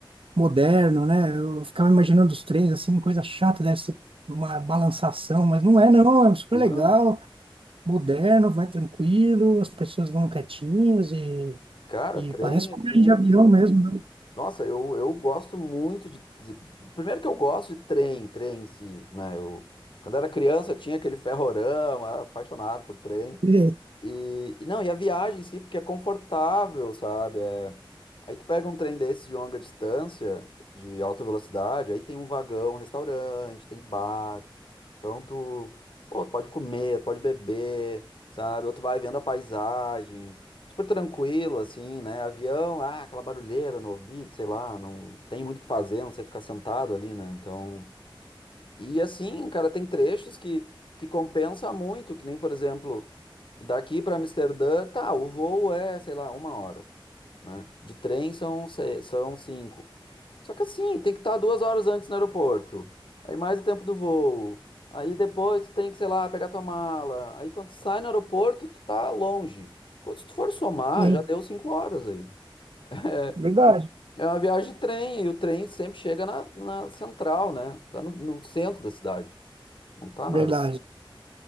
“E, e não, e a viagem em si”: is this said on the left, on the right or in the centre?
Left